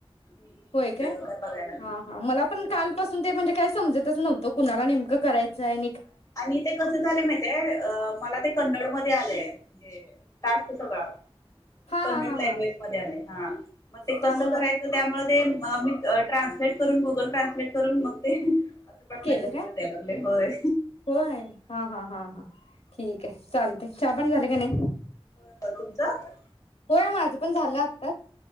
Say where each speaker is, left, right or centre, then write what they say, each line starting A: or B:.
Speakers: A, on the left; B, on the left.
A: मी
B: होय काय
A: बघायला नाही
B: हा हा मला पण कालपासून ते म्हणजे काय समजतच नव्हत तो कुणाला नेमकं करायचं आहे
A: आणि ते कसे झाले माहि अ मला ते कन्नड म ते आलय टास्क होतो का
B: हा
A: कन्नड
B: हा हा
A: लँग्वेज
B: हा
A: मध्ये आलय हां मग ते
B: त्यामु
A: कसं करायचं त्यामुळे ते मी ट्रान्सलेट करून, गुगल ट्रान्सलेट करून मग ते असं प्रश्नाचे
B: केलं
A: उत्तर
B: काय
A: द्यायला लावलयं. होय,
B: होय, हा हा हा हा ठीक आहे. चालतयं चहा पाणी झाले का नाही.
A: हो हो तुमचं,
B: होय, माझं पण झालं आत्ता